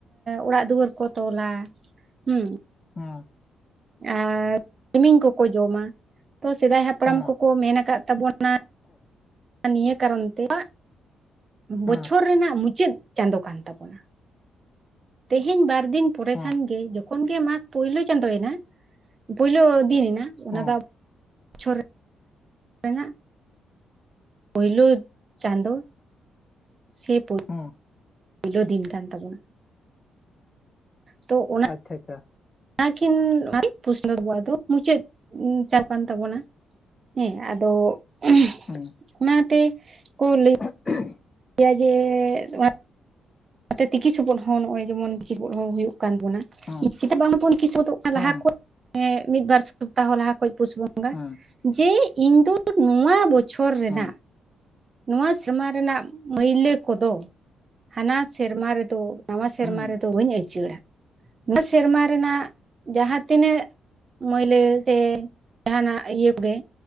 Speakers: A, on the right; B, on the left.
A: ᱚᱲᱟᱜ ᱫᱩᱣᱟᱹᱨ ᱠᱚ ᱛᱚᱞᱟ ᱦᱩᱸ
B: ᱦᱩᱸ
A: ᱟᱨ ᱛᱤᱢᱤᱧ ᱠᱚᱠᱚ ᱡᱚᱢᱟ ᱛᱚ ᱥᱮᱫᱟᱭ ᱦᱟᱯᱲᱟᱢ
B: ᱦᱮᱸ
A: ᱠᱚᱠᱚ ᱢᱮᱱ ᱠᱟᱫ ᱛᱟᱵᱚᱱᱟ ᱱᱤᱭᱟᱹ ᱠᱟᱨᱚᱱ ᱛᱮ <inaudible> ᱵᱚᱪᱷᱚᱨ
B: ᱦᱮᱸ ᱦᱮᱸ
A: ᱨᱮᱱᱟᱜ ᱢᱩᱪᱟᱹᱫ ᱪᱟᱸᱫᱳ ᱠᱟᱱ ᱛᱟᱵᱚᱱᱟ ᱛᱮᱦᱮᱧ ᱵᱟᱨ ᱫᱤᱱ ᱯᱚᱨᱮ
B: ᱦᱮᱸ
A: ᱠᱷᱟᱱ ᱜᱮ ᱡᱚᱠᱷᱚᱱ ᱜᱮ ᱢᱟᱜᱽ ᱯᱳᱭᱞᱳ ᱪᱟᱸᱫᱚᱭᱮᱱᱟ ᱯᱳᱭᱞᱳ ᱫᱤᱱ ᱮᱱᱟ ᱚᱱᱟ
B: ᱦᱮᱸ
A: ᱫᱚ ᱟ ᱵᱚᱪᱷᱚᱨ ᱨᱮᱱᱟᱜ ᱯᱳᱭᱞᱳ ᱪᱟᱸᱫᱚ ᱥᱮ ᱯᱳᱭ
B: ᱦᱩᱸ
A: ᱯᱳᱭᱞᱳ ᱫᱤᱱ ᱠᱟᱱ ᱛᱟᱵᱚᱱᱟ ᱛᱚ ᱚᱱᱟ
B: ᱟᱪᱷᱟ ᱟᱪᱪᱷᱟ ᱟ
A: ᱱᱟ ᱠᱤᱱ <inaudible> ᱯᱚᱥᱱᱚ ᱟᱵᱚᱣᱟᱜ ᱫᱚ ᱢᱩᱪᱟᱹᱫ ᱪᱟᱵ ᱠᱟᱱ ᱛᱟᱵᱚᱱᱟ᱾ ᱦᱮᱸ ᱟᱫᱚ <inaudible>
B: ᱦᱮᱸ
A: ᱚᱱᱟᱛᱮ ᱠᱚ ᱞᱟᱹᱭ
B: <inaudible>
A: ᱜᱮᱭᱟ ᱡᱮ <unintelligible> ᱟᱛᱮ ᱛᱤᱠᱤ ᱥᱚᱵᱚᱫ ᱦᱚᱸ ᱱᱚᱜ-ᱚᱭ ᱡᱮᱢᱚᱱ ᱦᱚᱸ ᱦᱩᱭᱩᱜ ᱠᱟᱱᱵᱚᱱᱟ
B: ᱦᱮᱸ
A: ᱪᱤᱫᱟᱜ ᱵᱟᱝ ᱵᱚᱱ ᱠᱤᱥᱚᱫᱚᱜ ᱠᱟᱱᱟ
B: ᱦᱮᱸ
A: ᱞᱟᱦᱟ
B: ᱦᱮᱸ
A: ᱠᱷᱚᱱ ᱢᱤᱫ ᱵᱟᱨ ᱥᱚᱯᱛᱟᱦᱚ ᱞᱟᱦᱟ ᱠᱷᱚᱡ ᱯᱩᱥ ᱵᱚᱸᱜᱟ
B: ᱦᱮᱸ
A: ᱡᱮ ᱤᱧ ᱫᱚ ᱱᱚᱣᱟ ᱵᱚᱪᱷᱚᱨ ᱨᱮᱱᱟᱜ
B: ᱦᱮᱸ
A: ᱱᱚᱣᱟ ᱥᱮᱨᱢᱟ ᱨᱮᱱᱟᱜ ᱢᱟᱹᱭᱞᱟᱹ ᱠᱚᱫᱚ ᱦᱟᱱᱟ ᱥᱮᱨᱢᱟ ᱨᱮᱫᱚ ᱱᱟᱣᱟ ᱥᱮᱨᱢᱟ
B: ᱦᱮᱸ ᱦᱮᱸ
A: ᱨᱮᱫᱚ ᱵᱟᱹᱧ ᱟᱹᱭᱪᱟᱹᱲᱟ ᱱᱚᱣᱟ ᱥᱮᱨᱢᱟ ᱨᱮᱱᱟᱜ ᱡᱟᱦᱟᱸ ᱛᱤᱱᱟᱹᱜ ᱢᱟᱹᱭᱞᱟᱹ ᱥᱮ ᱡᱟᱦᱟᱱᱟᱜ ᱤᱭᱟᱹ ᱠᱚᱜᱮ